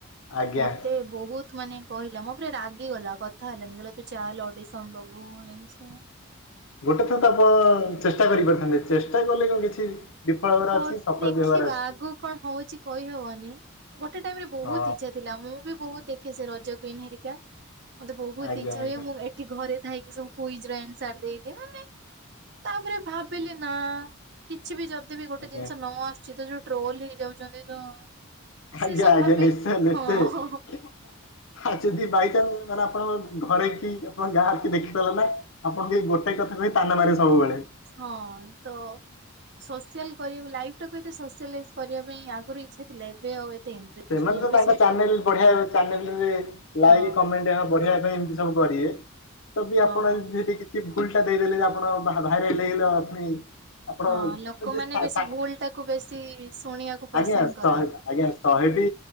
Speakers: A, on the left; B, on the right.
A: ଆଜ୍ଞା
B: ମତେ ବହୁତ ମାନେ କହିଲା ମୋ ଉପରେ ରାଗିଗଲା କଥା ହେଲାନି କହିଲ ତୁ ଚାଲେ ଅଡିସନ ଦବୁ ଏଇ ସିଏ
A: ଗୋଟେ ଥର ତ ଆପ ଚେଷ୍ଟା କରିପାରିଥାନ୍ତେ ଚେଷ୍ଟା କଲେ କଣ କିଛି ବିଫଳ ହେବାର
B: କ
A: ଅଛି ସଫଳ
B: ଦେଖିବା
A: ବି ହେବାର ଅଛି।
B: ଆଗକୁ କଣ ହଉଚି କହି ହବନି ଗୋଟେ ଟାଇମ ରେ ବହୁତ
A: ହଁ
B: ଇଚ୍ଛା ଥିଲା ମୁଁ ବି ବହୁତ ଦେ ଖେ ସେ ରଜ କୁଇନ ହେରିକା ମତେ ବହୁତ
A: ଆଜ୍ଞା
B: ଇଛା
A: ଆଜ୍ଞା
B: ହୁଏ ମୁଁ ଠି ଘରେ ଥାଇକି ସବୁ କୁଇଜ୍ ର ଆନସାର ଦେଇ ଦିଏ। ମାନେ ତାପରେ ଭାବିଲି ନା କିଛି ବି ଯଦ ମୋତେ ବି ଗୋଟେ
A: ଆଜ୍ଞା
B: ଜିନିଷ ନ ଆସୁଛି ତ ଯୋଉ ଟ୍ରୋଲ ହେଇଯାଉଛନ୍ତି ତ ସେ
A: ଆଜ୍ଞା
B: ସବୁ
A: ଆଜ୍ଞା।
B: ଭାବେ
A: ନିଶ୍ଚୟ ନିଶ୍ଚୟ।
B: ହଁ
A: ଆ ଯଦି ବାଇଚାନ୍ସ୍ ମାନେ ଆପଣ ଘରେ କି ଆପଣ ଗାଁର କି ଦେଖି ଦେଲା ନା ଆପଣଙ୍କୁ ଏ ଗୋଟା କଥା କହି ତାନା ମାରିବ ସବୁବେଳେ।
B: ହଁ, ତ ସୋସିଆଲ କରିବାକୁ ଲାଇଫଟାକୁ ଏତେ ସୋଆଲାଇଜ୍ କରିବା ପାଇଁ ଆଗରୁ ଇଚ୍ଛା ଥିଲା। ଏବେ ଆଉ ଏତେ ଇଣ୍ଟରେଷ୍ଟ
A: ସେମାନେ
B: ନାହିଁ
A: ତ
B: ଏବେ
A: ତାଙ୍କ
B: ସବୁ
A: ଚ୍ୟାନେଲ୍ ବଢିଆ ଚ୍ୟାନେଲରେ ଲାଇକ୍
B: ହଁ
A: କମେଣ୍ଟ ଏଆ ବଢିଆ ଏମିତି ସବୁ କରିବେ। ଯଦି
B: ହଁ।
A: ଆପଣ ଏମିତି କିଛି ସେ ଭୁଲଟା ଦେଇଦେଲେ ଯେ ଆପଣ ଭା-ଭାଇରାଲ ହୋଇଗଲ ପୁଣି ଆପଣ
B: ହଁ ଲୋକମାନେ
A: <unintelligible>
B: ବେଶୀ ଭୁଲ ଟାକୁ ବେଶୀ ଶୁଣିବାକୁ ପସନ୍ଦ
A: ଆଜ୍ଞା <unintelligible>
B: କରନ୍ତି।
A: ଶହେଟି